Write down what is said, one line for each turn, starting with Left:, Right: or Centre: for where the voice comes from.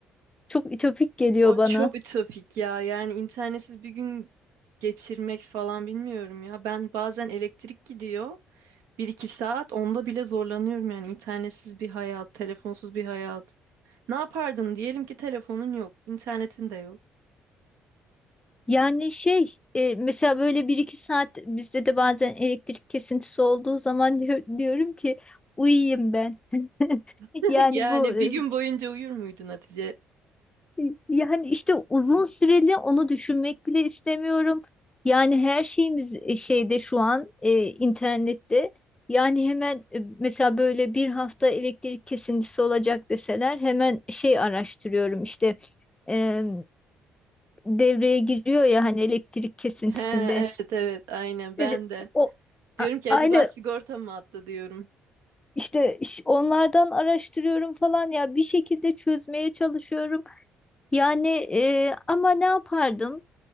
Left: Çok ütopik geliyor
Right: O
Left: bana.
Right: çok ütopik ya. Yani internetsiz bir gün geçirmek falan bilmiyorum ya. Ben bazen elektrik gidiyor. Bir iki saat onda bile zorlanıyorum yani internetsiz bir hayat, telefonsuz bir hayat. Ne yapardın? Diyelim ki telefonun yok, internetin de yok.
Left: Yani şey e, mesela böyle bir iki saat bizde de bazen elektrik kesintisi olduğu zaman <laughs> diyor- diyorum ki uyuyayım ben. <laughs>
Right: <laughs>
Left: Yani
Right: Yani
Left: bu e,
Right: bir gün boyunca uyur muydun Hatice?
Left: <laughs> yani işte uzun süreli onu düşünmek bile istemiyorum. Yani her şeyimiz e, şeyde şu an e, internette. Yani hemen e, mesela böyle bir hafta elektrik kesintisi olacak deseler hemen şey araştırıyorum işte e, devreye giriyor ya hani elektrik kesintisinde.
Right: He, evet evet aynen ben
Left: Dedi,
Right: de.
Left: o
Right: Diyorum
Left: a-
Right: ki
Left: aynı
Right: acaba sigorta mı attı diyorum.
Left: işte iş- onlardan araştırıyorum falan ya bir şekilde çözmeye çalışıyorum. Yani e, ama ne yapardım?